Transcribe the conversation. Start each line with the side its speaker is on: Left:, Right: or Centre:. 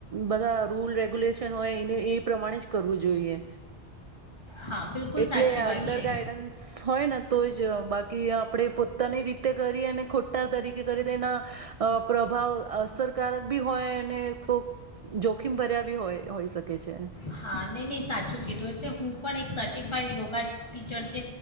Right: બધા રૂલ રેગ્યુલેશન તેનો હોય ઈને એ પ્રમાણે જ કરવું જોઈએ.
Left: હા બિલકુલ
Right: એટલે
Left: સાચી
Right: અંડર
Left: વાત છે
Right: ગાઈડન્સ હોય ને તો જ બાકી આપડે પોત પોતાની રીતે કરી અને ખોટા તરીકે કરે તો એના અ પ્રભાવ અસરકારક બી હોય અને કોક જોખીમ ભર્યા બી હોય હોઈ શકે છે.
Left: હા, નહીં નહીં સાચું કીધું. એટલે હું પણ એક સર્ટિફાઈડ યોગા ટીચર છે,